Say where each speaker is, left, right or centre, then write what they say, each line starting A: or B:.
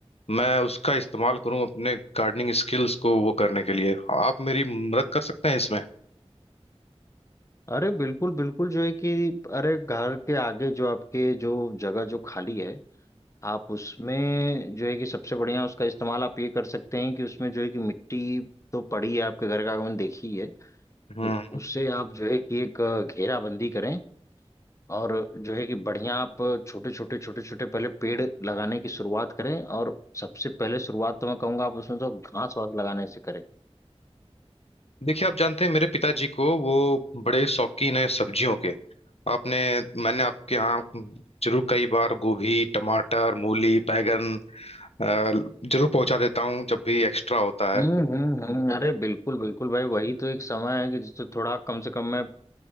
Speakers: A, on the left (about 65°); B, on the left (about 25°).
A: मैं उसका इस्तेमाल करूं अपने गार्डनिंग स्किल्स को वो करने के लिए आप मेरी मदद कर सकते हैं इसमें
B: अरे बिल्कुल बिल्कुल जो है कि अरे घर के आगे जो आपके जो जगह जो खाली है आप उसमें जो है कि सबसे बढ़िया उसका इस्तेमाल आप ये कर सकते हैं कि उसमें जो है कि मिट्टी तो पड़ी है आपके घर का आंगन देखी है
A: हम्म
B: तो उससे आप जो है कि एक घेराबंदी करें और जो है कि बढ़िया आप छोटे छोटे छोटे छोटे पहले पेड़ लगाने की शुरुआत करें और सबसे पहले शुरुआत तो मैं कहूंगा आप उसमें तो घास वास लगाने से करें
A: देखिए आप जानते हैं मेरे पिताजी को वो बड़े शौकीन हैं सब्जियों के आपने मैंने आपके यहाँ जरूर कई बार गोभी टमाटर मूली बैंगन अ, जरूर पहुंचा देता हूँ जब भी एक्स्ट्रा होता है
B: हम्म हम्म हम्म, अरे बिल्कुल बिल्कुल भाई वही तो एक समय है कि जिससे थोड़ा कम से कम में